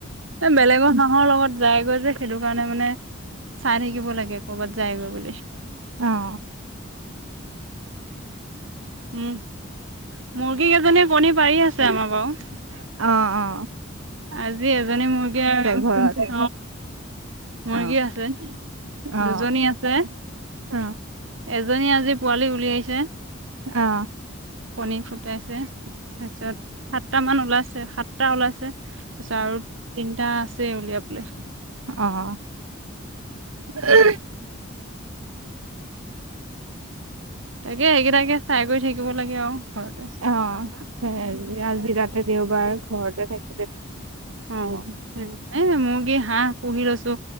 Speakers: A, on the right; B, on the right.
A: এ বেলেগৰ হাহৰ লগত। যাইগৈ যে সেইটো কাৰণে মানে চাই থাকিব লাগে কৰ'বাত যায়গৈ বুলি।
B: অহ ',
A: উম, মোৰ সি এজনে কণী পাৰি আছে আমাৰ বাৰু। <inaudible>
B: অহ - অহ
A: আজি এজনী মুৰ্গীয়ে
B: ঘৰত
A: মুৰ্গী
B: অ
A: আছে
B: অ
A: দুজনী আছে এজন
B: অ
A: জনীয়ে আজি পোৱালি উলিয়াইছে।
B: অহ',
A: কণী ফু ফুটাইছে তাৰপিছত সাতটা মান ওলাইছে সাতটা ওলাইছে। তাৰপিছত আৰু তিনিটা আছে উলিয়াবলে।
B: অহ ', <unintelligible>
A: তাকে সেইকেইটাকে চাই কৰি থাকিব লাগে আৰু। ঘৰতে
B: অহ 'আজি তাতে দেওবাৰ ঘৰতে থাকে
A: অহ' এ মুৰ্গী, হাঁহ পুহি লৈছো